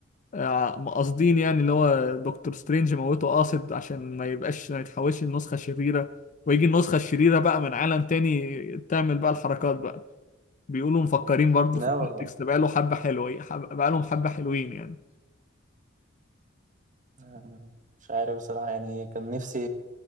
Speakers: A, on the left (about 40°); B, on the right (about 40°).
A: آه، قاصدين يعني اللي هو دكتور سترينج موته قاصد عشان ما يبقاش ما يتحولش لنسخة شريرة ويجي النسخة الشريرة بقى من عالم تاني تعمل بقى الحركات بقى بيقولوا مفكرين برضه
B: لا
A: في الكونتكست
B: والله
A: بقاله حبة حلوين حب... بقالهم حبة حلوين يعني
B: آه، مش عارف بصراحه يعني كان نفسي